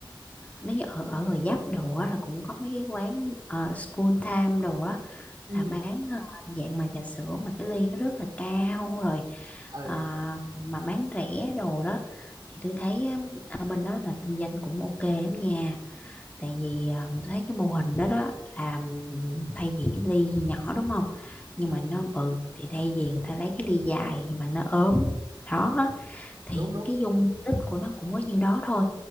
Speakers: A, on the left (about 15°); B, on the right (about 50°).
A: nếu như ở ở Gò Vấp đồ á là cũng có mấy cái quán ờ, School Time đồ á
B: ừ
A: là bán ờ, dạng mà trà sữa mà cái ly nó rất là cao rồi
B: ừ
A: ờ, mà bán rẻ đồ đó thì tôi thấy á, ở bên đó là kinh doanh cũng ok lắm nha tại vì à, tôi thấy cái mô hình đó đó làm thay vì cái ly nhỏ đúng không nhưng
B: ừ
A: mà nó bự thì thay vì người ta lấy cái ly dài nhưng mà nó ốm đó á, thì
B: đúng đúng
A: cái dung tích của nó cũng có nhiêu đó thôi